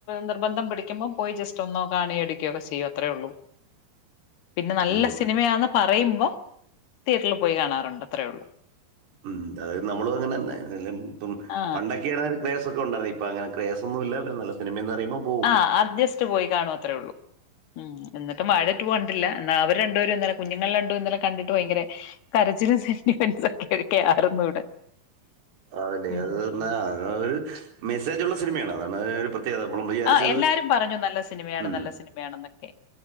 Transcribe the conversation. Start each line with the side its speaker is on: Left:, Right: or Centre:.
Left: നിർബന്ധം പിടിക്കുമ്പോം പോയി ജസ്റ്റ് ഒന്നോ കാണി എ ക്കെ ചെയ്യും അത്രേ ഉള്ളൂ പിന്നെ നല്ല
Right: ഉം.
Left: സിനിമയാന്ന് പറയുമ്പം തിയേറ്ററിൽ പോയി കാണാറുണ്ട് അത്രേ ഉള്ളൂ
Right: ഉ അതായത് നമ്മള അങ്ങനെ തന്നെ ഇപ്പം
Left: ആ.
Right: പണ്ടൊക്കെയ ആണൽ ക്രേസ ഒക്ക ഉണ്ടായിരുന്നു ഇപ്പോ അങ്ങന ക്രേസാന്നുല്ല പിന്നെ നല്ല സിമയന്ന് പറയുമ്പൾ
Left: ആ ജാസ്റ്റ് പോയി കാണു അത്രേ ഉള്ളൂ ഉം എന്നിട്ട് വാഴ ടു കണ്ടില്ല എന്നാ അവര് രണ്ടുപരും ഇന്നല കുഞ്ഞുങ്ങൾ രണ്ടും ഇന്നലെ കണ്ടിട്ട് ഭയങ്കര കരച്ചിലും സെന്റിമെൻറ്സും ഒക്കെ ആരുന്നു ഇവിടെ
Right: അതല്ലെ
Left: ഉം.
Right: അത്അ ഒരു മെസ്സേജ്ള്ള സിനിമയാണ് അതാണ് പ്രത്യത നമ്മളം വിചാരിച്ചത്
Left: ആഹ് എല്ലാരും പറഞ്ഞു നല്ല സിനിമയാണ്
Right: ഉ
Left: നല്ല സിനിമയാണെന്നൊക്കെ.